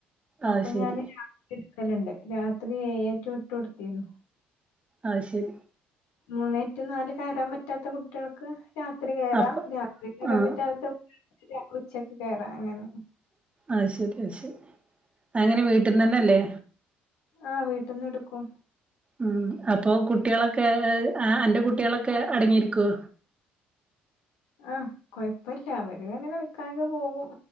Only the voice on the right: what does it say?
ആഹ് ശരി
അഹ്ശരി
അപ്പൊ
ആഹ്
അഹ്ശരി അഹ്ശരി അഎങ്ങനെ വീട്ട്ന്നന്നെ അല്ലേ
ഉം അപ്പൊ കുട്ട്യാളൊക്കെ ആഹ് അന്റെ കുട്ട്യാളൊക്കെ അടങ്ങിയിരിക്കോ